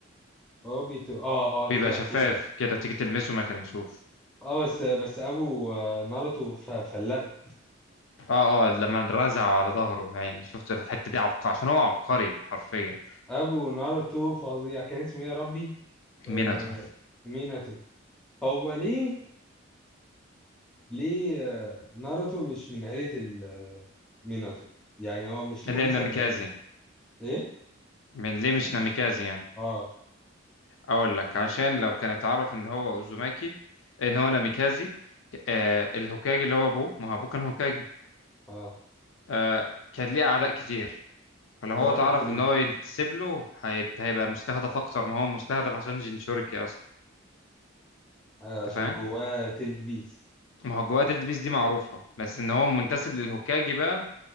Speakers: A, in the centre; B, on the left.
A: هو بيتو اه اه
B: بيبقى
A: ايه ده
B: شفاف
A: ايه ده
B: كده تيجي تلمسه ما تلمسوش
A: اه بس بس ابو آه، ناروتو ف- فلقه
B: اه اه لما رزعوا على ظهره يعني شفت الحتة دي عبقري
A: آه،
B: عشان هو عبقري حرفيا
A: ابو ناروتو فظيع كان اسمه ايه يا ربي آه
B: ميناتو
A: ميناتو هو ليه ليه آه ناروتو مش من عيلة ال- ميناتو يعني هو مش منسب
B: اللي هي الناميكازي
A: لعيلة ايه
B: من ليه مش ناميكازي يعني
A: اه
B: اقول لك عشان لو كان اتعرف ان هو اوزوماكي ان هو ناميكازي ك- آه الهوكاجي اللي هو ابوه ما هو ابوه كان هوكاجي
A: اه
B: آه كان ليه اعداء كتير فلو
A: كانوا
B: هو اتعرف
A: راح يقتلوه
B: ان هو ينتسب له هيب- هيبقى مستهدف اكتر ما هو مستهدف عشان جينشوريكي اصلا
A: أيوة،
B: انت
A: عشان
B: فاهم
A: جواه تيلد بيست
B: ما هو جوات البيس دي معروفة بس ان هو منتسب للهوكاجي بقى